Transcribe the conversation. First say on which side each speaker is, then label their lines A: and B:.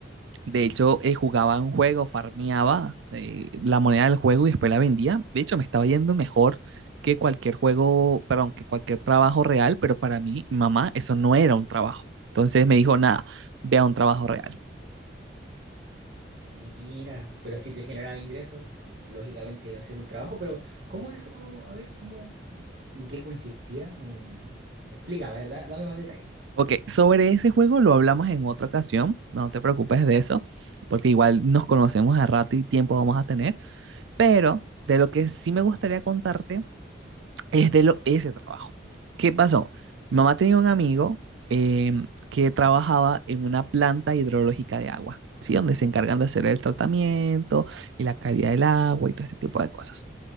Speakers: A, on the right; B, on the right.
A: De hecho, eh, jugaba un juego, farmeaba eh, la moneda del juego y después la vendía. De hecho, me estaba yendo mejor que cualquier juego, perdón, que cualquier trabajo real, pero para mí, mamá, eso no era un trabajo. Entonces me dijo, nada, vea un trabajo real.
B: Mira, pero si te generaba ingresos, lógicamente iba a ser un trabajo, pero ¿cómo es eso? A ver, ¿cómo, en qué consistía? No, no, no. Explica, ¿verdad? Dame más detalles.
A: Ok, sobre ese juego lo hablamos en otra ocasión, no te preocupes de eso, porque igual nos conocemos a rato y tiempo vamos a tener, pero de lo que sí me gustaría contarte es de lo, ese trabajo. ¿Qué pasó? Mi mamá tenía un amigo eh, que trabajaba en una planta hidrológica de agua, ¿sí? Donde se encargan de hacer el tratamiento y la calidad del agua y todo este tipo de cosas.